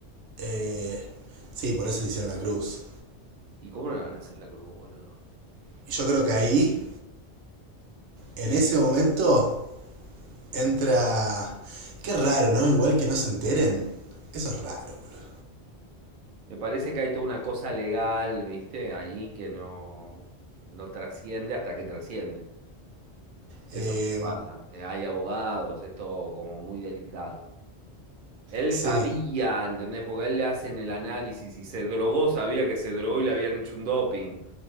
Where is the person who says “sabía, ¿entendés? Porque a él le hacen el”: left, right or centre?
Right